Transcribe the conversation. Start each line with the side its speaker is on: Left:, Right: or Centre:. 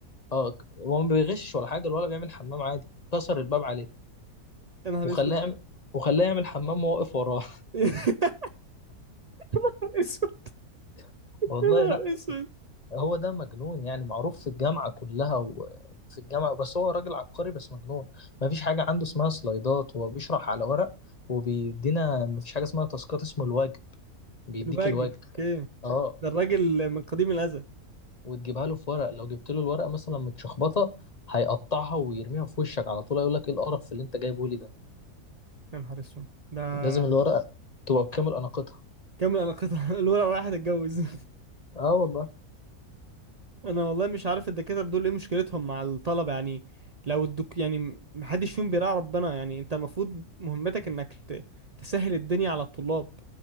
Left: اه ك- هو ما بيغش ولا حاجة ولا بيعمل حمام عادي كسر الباب عليه
Right: يا نهار
Left: وخلاه
Right: اسود <laughs>
Left: يعمل وخلاه يعمل حمام وهو واقف وراه
Right: يا نهار اسود
Left: <laughs> والله
Right: يا نهار
Left: لا
Right: اسود
Left: هو ده مجنون يعني معروف في الجامعة كلها وفي الجامعة بس هو راجل عبقري بس مجنون مفيش حاجة عنده اسمها سلايدات هو بيشرح على ورق وبيدينا مفيش حاجة اسمها تاسكات اسمه الواجب بيديك
Right: الواجب
Left: الواجب
Right: اوكي
Left: اه
Right: ده الراجل من قديم الازل
Left: وتجيبها له في ورق لو جبت له الورقه مثلا متشخبطه هيقطعها ويرميها في وشك على طول هيقول لك ايه القرف اللي انت جايبه لي ده
Right: يا نهار اسود ده
Left: لازم الورقه تبقى بكامل اناقتها
Right: كمل انا قطع <laughs> الورقه رايحه تتجوز <laughs>
Left: اه والله
Right: انا والله مش عارف الدكاتره دول ايه مشكلتهم مع الطلبه يعني لو الدك يعني م- محدش فيهم بيراعي ربنا يعني انت المفروض مهمتك انك ت- تسهل الدنيا على الطلاب